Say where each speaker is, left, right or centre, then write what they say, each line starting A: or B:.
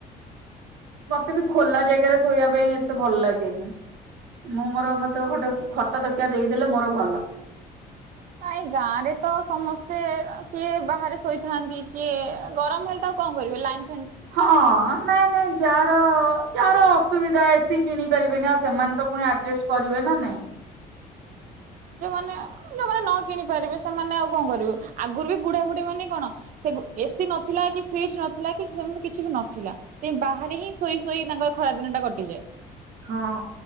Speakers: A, on the right; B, on the right.
A: ମତେ ବି ଖୋଲା ଜାଗାରେ ଶୋଇବା ପାଇଁ ଏତେ ଭଲ ଲାଗେନି। ମୁଁ ମୋର ମତେ ଗୋଟେ ଖଟ ତକିଆ ଦେଇଦେଲେ ମୋର ଭଲ।
B: ନାଇ ଗାଁ ରେ ତ ସମସ୍ତେ କିଏ ବାହାରେ ଶୋଇଥାନ୍ତି କିଏ ଗରମ ହେଲେ ତ କଣ କରିବ ଲାଇନ୍
A: ହଁ ନାଇଁ ନାଇଁ ଯାର ଯାର ଅସୁବିଧା ଏସିି କିଣି ପାରିବେନି ଆଉ ସେମାନେ ତ ପୁଣି ଆରର୍ଜେଷ୍ଟ କରିବେ ନା ନାଇଁ।
B: ଯୋଉମାନେ ଯୋଉମାନେ ନ କିଣି ପାରିବେ ସେମାନେ ଆଉ କଣ କରିବେ ଆଗରୁ ବି ବୁଢା ବୁଢୀ ମାନେ କଣ ସେ ଏସିି ନଥିଲା କି ଫ୍ରିଜ୍ ନଥିଲା କି ସେମିତି କିଛି ବି ନଥିଲା। ସେ ବାହାରେ ହିଁ ଶୋଇ ଶୋଇ ତାଙ୍କର ଖରାଦିନ ଟା କଟିଯାଏ।
A: ହଁ